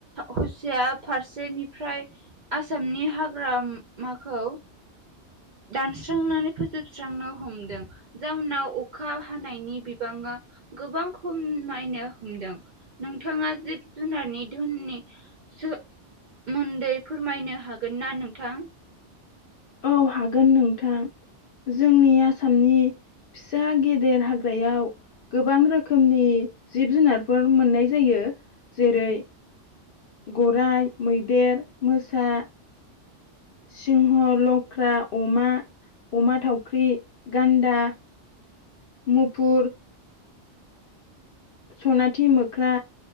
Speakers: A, on the right (about 55°); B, on the left (about 60°).
A: हुसिया फारसेनिफ्राय आसामनि हाग्रामाखौ दानस्रांनानै फोजोबस्रांनो हमदों। जाउनाव अखा हानायनि बिबाङा गोबां खमायनो हमदों। नोंथाङा जिब जुनारनि धुननि सोमोन्दै फोरमायनो हागोन ना नोंथां?
B: औ हागोन नोंथां जोंनि आसामनि फिसा गेदेर हाग्रायाव गोबां रोखोमनि जिब जुनारफोर मोननाय जायो। जेरै गराइ मैदेर मोसा सिंह लख्रा अमा अमा थावख्रि गान्दा मुफुर सनाथि मोख्रा